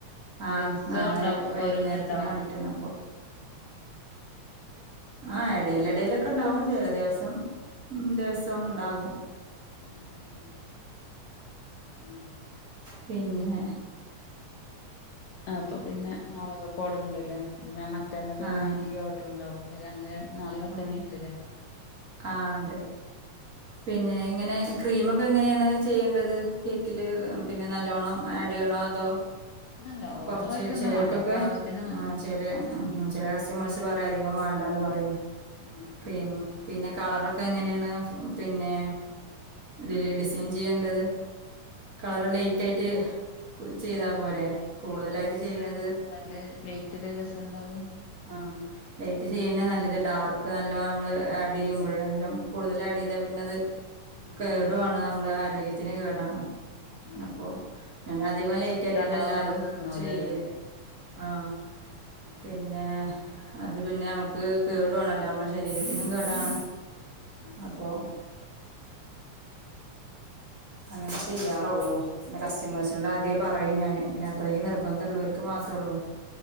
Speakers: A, on the right (about 40°); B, on the left (about 80°).
A: ആഹ്
B: ദിവസോം
A: നാളെ
B: ഉണ്ടാവോ
A: വൈകുന്നേരത്തിന്
B: ഓരോന്നുണ്ടാവോ
A: വേണ്ടിട്ടാണ് അപ്പൊ ആഹ് എടെല് എടെലൊക്കെ ഇണ്ടാവും ചെല ദിവസം ഉം ദിവസം
B: ആഹ്
A: ഇണ്ടാകും.
B: ഉം ഉം ആഹ്
A: പിന്നെ
B: അപ്പ പിന്നെ നാളക്കക്ക് ഓഡ്റ്ണ്ട്ലെ മറ്റന്നാ പിന്നെ
A: ആഹ്
B: ഈ ഓഡ്റ് ഇണ്ടാവൂലേ <unintelligible> നാളീം മറ്റന്നെ
A: ആഹ്
B: ഇണ്ട്ല്ലെ?
A: ആഹ് അതെ പിന്നെ ഇങ്ങനെ ക്രീമൊക്കെ എങ്ങനെണ് ചെയ്യേണ്ടത് കേക്കില് പിന്നെ നല്ലോണ്ണം ആഡ് ചെയ്യണോ അതോ?
B: അല്ല ഓവറായിട്ടൊന്നും
A: കൊർച്ച് ചെലോർക്കൊക്കെ
B: വേണ്ട പാകത്തിന് മതി
A: ആഹ് ചേലെ കസ്റ്റമേഴ്സ് പറയും അധികം വേണ്ടന്ന് പറയും
B: ആഹ്
A: ക്രീംമ്
B: ആഹ്
A: പിന്നെ കളറൊക്കെ എങ്ങനെണ് പിന്നെ ഇതില്
B: ഉം
A: ചേഞ്ച്യ്യേണ്ടത് കളറ് ലൈറ്റ് ആയിട്ട് കു ചെയ്താ
B: ആഹ്
A: പോരെ
B: എങ്ങനെ
A: കൂടുതലായിട്ട്
B: ഒരു രസം
A: ചെയ്യ്ണത്
B: വര് നല്ല ലേറ്റല്ലേ രസണ്ടാവ
A: ആഹ് ലൈറ്റ് ചെയ്യന്നെ നല്ലത് ഡാർക്ക് നല്ല നമ്മള് ആ ഡെയ്യുമ്പയെ നല്ലം കൂടുതലാഡെയ്താ പിന്നത്
B: ആഹ്
A: കേടുആണ് നമ്മടെ ആരോഗ്യ ത്തിന് കേടാണ്
B: ആഹ്
A: അപ്പൊ
B: ആഹ്
A: ഞാന
B: കുട്ടികളൊക്കെ
A: അധികം ലേറ്റ്
B: കേക്ക്
A: ആയിട്ടെന്നെ
B: കണ്ടാ
A: എല്ലാതും
B: ഒന്നായിട്ട് തിന്നുവല്ലോ
A: ചെയ്യല്
B: അല്ലേ
A: ആഹ്
B: ഉം
A: പിന്നെ അത് പിന്നെ ഞമ്മക്ക് കേടുവാണല്ലോ അമ്മളെ ശരീരത്തിനും കേടാണ്
B: ആഹ്
A: അപ്പൊ
B: ആഹ്
A: അങ്ങനേ ചെയ്യാറൊള്ളൂ പിന്നെ കസ്റ്റമേഴ്സിനോട് ആദ്യേ പറയും ഞാന് പിന്നെ അത്രീം നിർബന്ധുള്ളോര്ക്ക് മാത്രൊള്ളൂ